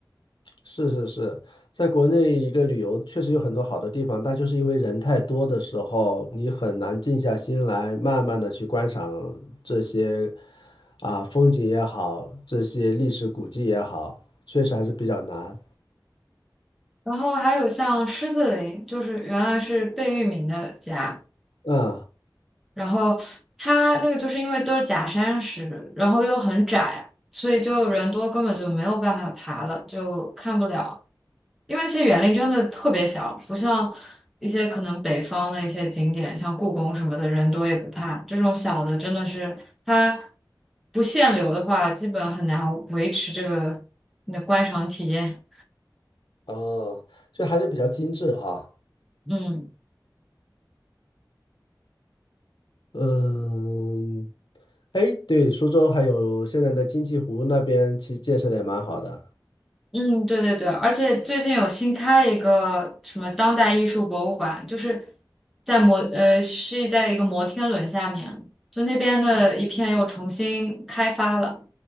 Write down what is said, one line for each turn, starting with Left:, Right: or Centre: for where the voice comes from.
Left: 是是是，在国内一个旅游确实有很多好的地方，但就是因为人太多的时候，你很难静下心来，慢慢的去观赏这些啊风景也好，这些历史古迹也好，确实还是比较难。
Centre: 然后还有像狮子林，就是原来是贝聿铭的家，
Left: 嗯。
Centre: 然后它那个就是因为都是假山石，然后又很窄，所以就人多根本就没有办法爬了，就看不了。因为其实园林真的特别小，不像一些可能北方的一些景点，像故宫什么的，人多也不怕。这种小的真的是它不限流的话，基本很难维持这个你的观赏体验。
Left: 哦，就还是比较精致哈。
Centre: 嗯。
Left: 嗯，哎，对，苏州还有现在的金鸡湖那边，其实建设的也蛮好的。
Centre: 嗯，对对对，而且最近有新开了一个什么当代艺术博物馆，就是在摩呃是在一个摩天轮下面，就那边的一片又重新开发了，